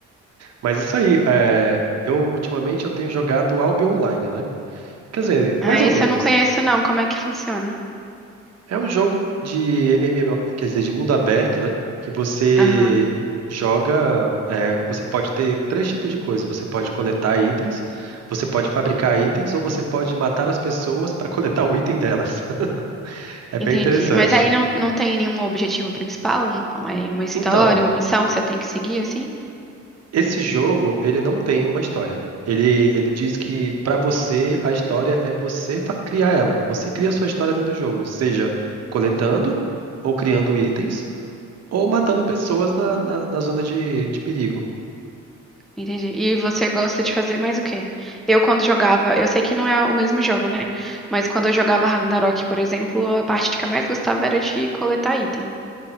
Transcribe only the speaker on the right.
mas isso aí, é, eu ultimamente eu tenho jogado Albion Online, né? Quer dizer,
mais ou
menos.
É um jogo de MMO, quer dizer, de mundo aberto, né? Que você
joga, é, você pode ter três tipos de coisa. Você pode coletar itens, você pode fabricar itens ou você pode matar as pessoas para <laughs> coletar o item delas. É bem
interessante.
Então,
esse jogo, ele não tem uma história. Ele, ele diz que pra você a história é você fa- criar ela. Você cria a sua história dentro do jogo, seja coletando ou criando itens ou matando pessoas na, na, na zona de, de perigo.